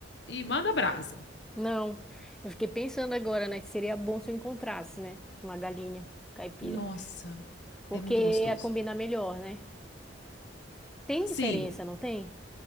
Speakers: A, on the left; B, in the centre.
A: e manda brasa.
B: não. Eu fiquei pensando agora, né, que seria bom se eu encontrasse, né, uma galinha caipira,
A: Nossa,
B: porque
A: é muito gostoso.
B: ia combinar melhor, né? Tem
A: Sim,
B: diferença, não tem?